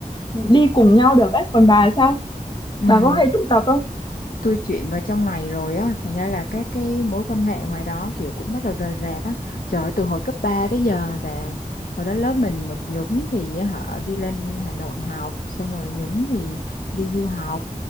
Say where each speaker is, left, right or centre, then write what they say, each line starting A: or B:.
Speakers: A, on the left (about 35°); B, on the left (about 80°).
A: đi cùng nhau được ấy còn bà sao
B: Ừ.
A: bà có hay tụ tập không
B: tôi chuyển vào trong này rồi á thành ra là các cái mối quan hệ ngoài đó kiểu cũng bắt đầu rời rạc á trời ơi, từ hồi cấp 3 tới giờ về hồi đó lớp mình một nhúm thì họ đi lên Hà Nội học xong rồi nhúm thì đi du học